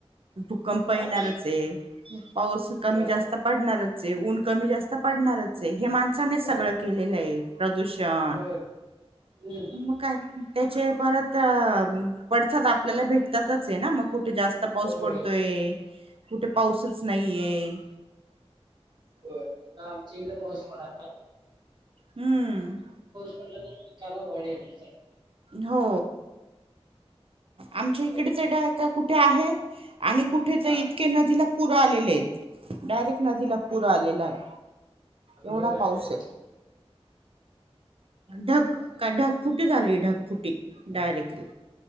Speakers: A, on the right; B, on the right.
A: भूकंप येणारचं
B: काय
A: हे पाऊस कमी
B: अ,
A: जास्त पडणारचं हे ऊन कमी जास्त पडणारचं हे हे माणसाने च सगळं
B: अ,
A: केलेलं हे प्रदूषण
B: होय हम्म
A: मग काय? ते परत आपल्याला भेटतात. ना मग कुठे जास्त पाऊस
B: होय
A: पडतोय, कुठे पाऊसच नाही ये.
B: हो आता आमच्या इकडे पाऊस पडायला पाहिजे.
A: हम्म
B: म्हटलं तर पिकाला वाढ येत आहे.
A: हो आमच्या
B: सांगताय
A: इकडे च <inaudible> कुठे आहे. आणि कुठे तर
B: हा
A: इतके नदीला पुर आलेले आहेत. डायरेक्ट नदीला पुर आलेला आहे. एवढा
B: काय
A: पाऊस
B: नाही.
A: आहे ढग का- ढगफुटी झाली ढगफुटी डायरेक्टली